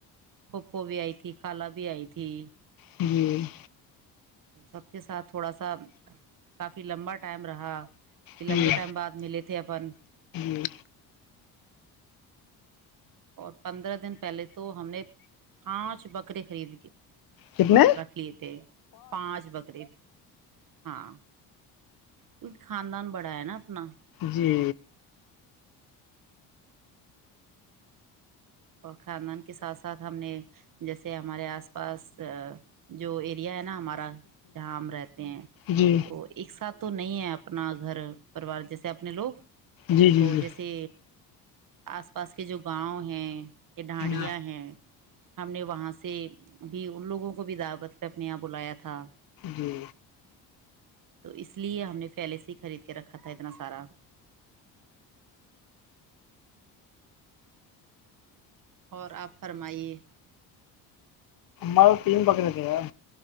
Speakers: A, on the right; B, on the left.
A: پھوپپھو بھی آئی تھی خالا بھی آئی تھی
B: جی
A: تو سب کے ساتھ تھوڑا سا کافی لمبا ٹائم رہا کہ لمبے
B: جی
A: ٹائم بعد ملے تھے اپن
B: جی
A: اور پندرہ دن پہلے تو ہم نے پانچ بکرے خرید کےے
B: کتنے
A: رکھ لیے تھے پانچ بکرے ہاں کیونکہ خاندان بڑا ہے نا اپنا
B: جی
A: اور خاندان کے ساتھ ساتھ ہم نے جیسے ہمارے آس پاس جو ایریا ہے نا ہمارا جہاں ہم رہتے ہیں
B: جی
A: تو ایک ساتھ تو نہیں ہے اپنا گھر پوار جیسے اپنے لوگ
B: جی جی
A: تو
B: جی
A: جیسے آس پاس کے جو گاؤں ہیں یہ ڈھاڑیاں
B: ہ
A: ہیں ہم نے وہاں سے بھی ان لوگوں کو بھی دعوت پ اپنے یہاں بلایا تھا
B: جی
A: تو اس لیے ہم نے پھیلے سے ہی خرید کے رکھا تھا اتنا سارا اور آپ فرمائیے
B: اور تین بکرے تھے یار